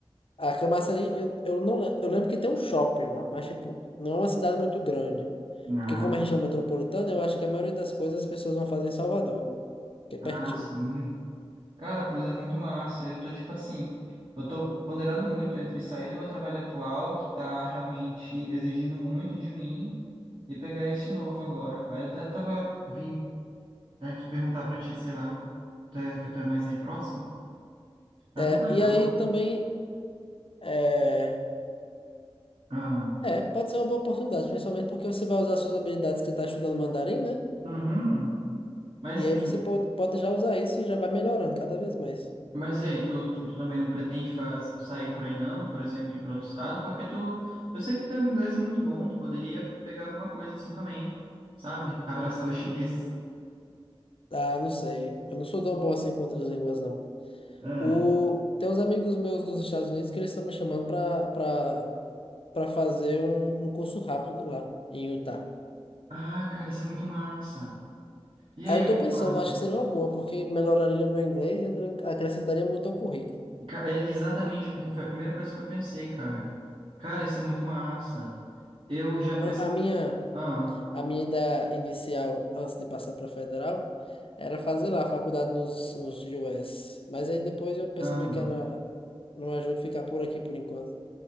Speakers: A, on the left; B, on the right.
A: A Camaçari, eu, eu não lembro, eu lembro que tem um shopping lá, mas tipo, não é uma cidade muito grande.
B: Ah,
A: Porque como é região metropolitana, eu acho que a maioria das coisas as pessoas vão fazer em Salvador, que é
B: ah,
A: pertinho.
B: sim. Cara, pois é muito massa. Eu tô tipo assim, eu tô ponderando muito entre sair do meu trabalho atual, que tá realmente exigindo muito de mim, e pegar esse novo agora. Aí eu até tava vim aqui perguntar pra ti, sei lá, tu é, que tu é mais aí próximo? É
A: É,
B: muito legal,
A: e aí
B: né?
A: também é,
B: Ah,
A: é, pode ser uma boa oportunidade, principalmente porque você vai usar suas habilidades que você está estudando mandarim, né?
B: uhum. Mas
A: E
B: e
A: aí
B: aí?
A: você pode, pode já usar isso e já vai melhorando cada vez mais.
B: Mas e aí, tu, tu, tu também não pretende faz, sair por aí não, por exemplo, ir para outro estado? Porque tu, eu sei que teu inglês é muito bom, tu poderia pegar alguma coisa assim também, sabe? Abraçar os chineses.
A: Ah, não sei. Eu não sou tão bom assim com outras línguas, não.
B: Ah,
A: O, tem uns amigos meus dos Estados Unidos que eles estão me chamando para para para fazer um, um curso rápido lá em Utah.
B: Ah, cara, isso é muito massa. E aí,
A: Aí eu
B: o
A: tô
B: que
A: pensando,
B: tu acha?
A: acho que seria uma boa, porque melhoraria meu inglês e também acrescentaria muito ao currículo.
B: Ca- é, Exatamente, foi a primeira coisa que eu pensei, cara. Cara, isso é muito massa. Eu já pesquisei.
A: A, a minha
B: Ah,
A: A minha ideia inicial, antes de passar para federal, era fazer lá a faculdade nos, nos US. Mas aí depois eu percebi
B: aham.
A: que era não ajuda ficar por aqui por enquanto.